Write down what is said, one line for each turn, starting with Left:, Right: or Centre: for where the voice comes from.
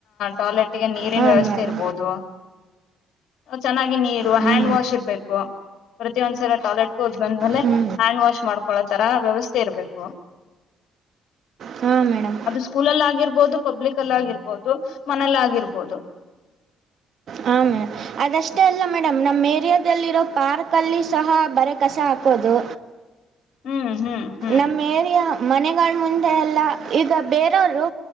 Left: ಟಾಯ್ಲೆಟ್ ಗೆ ನೀರಿನ
Right: ಹಾಂ
Left: ವ್ಯವಸ್ಥೆ
Right: ಮೇಡಮ್
Left: ಇರ್ಬಹದು ಚೆನ್ನಾಗಿ ನೀರು
Right: ಹ್ಞೂ
Left: ಹ್ಯಾಂಡ್ ವಾಶ್ ಇರ್ಬೇಕು ಪ್ರತಿಯೊಂದು ಸಲ ಟಾಯ್ಲೆಟ್ಗ ಹೋಗಿ ಬಂದ್ಮೇಲೆ
Right: ಹ್ಞೂ
Left: ಹ್ಯಾಂಡ್ ವಾಶ್ ಮಾಡ್ಕೊಳ್ಳೋ ತರ ವ್ಯವಸ್ಥೆ ಇರ್ಬೇಕು
Right: ಹಾಂ ಮೇಡಮ್
Left: ಅದು ಸ್ಕೂಲಲ್ಲ ಆಗಿರ್ಬೋದು ಪಬ್ಲಿಕ್ ಅಲ್ಲಿ ಆಗಿರ್ಬೋದು ಮನೆಲಿ ಆಗಿರ್ಬೋದು
Right: ಹಾಂ ಮೇಡಮ್ ಅದಷ್ಟೇ ಅಲ್ಲ ಮೇಡಂ ನಮ್ಮ ಏರಿಯಾದಲ್ಲಿರೋ ಪಾರ್ಕಲ್ಲಿ ಸಹ ಬರೆ ಕಸ ಹಾಕೋದು
Left: ಹ್ಮ್ ಹ್ಮ್ ಹ್ಮ್
Right: ನಮ್ಮ ಏರಿಯಾ ಮನೆಗಳ ಮುಂದೆ ಎಲ್ಲಾ ಈಗ ಬೇರೆಯವ್ರು